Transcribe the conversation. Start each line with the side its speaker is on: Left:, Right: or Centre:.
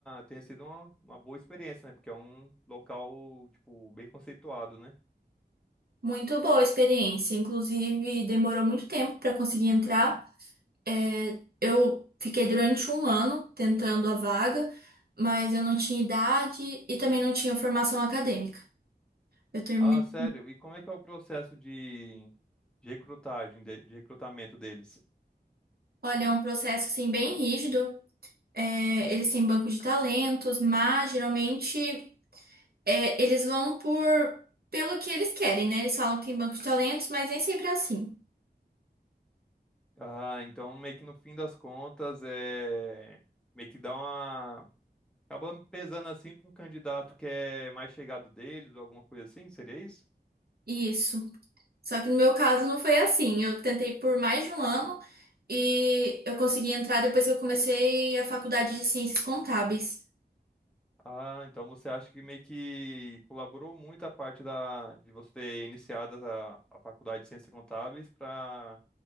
Centre: tenha sido uma, uma boa experiência, né? Porque é um local, tipo, bem conceituado, né?
Right: Muito boa a experiência, inclusive demorou muito tempo para conseguir entrar. É, eu fiquei durante um ano tentando a vaga, mas eu não tinha idade e também não tinha formação acadêmica. Eu terminei.
Centre: Ah, sério, e como é que é o processo de, de recrutagem, de, de recrutamento deles?
Right: Olha, é um processo assim bem rígido. É, eles têm banco de talentos, mas geralmente. é, eles vão por pelo que eles querem, né? Eles falam que tem banco de talentos, mas nem sempre é assim.
Centre: Ah, então meio que no fim das contas é meio que dá uma Acaba pesando assim para um candidato que é mais chegado deles ou alguma coisa assim, seria isso?
Right: Isso. Só que no meu caso não foi assim. Eu tentei por mais de um ano e eu consegui entrar depois que eu comecei a faculdade de Ciências Contábeis.
Centre: Ah, então você acha que meio que colaborou muito a parte da, de você ter iniciado a, a faculdade de Ciências Contábeis para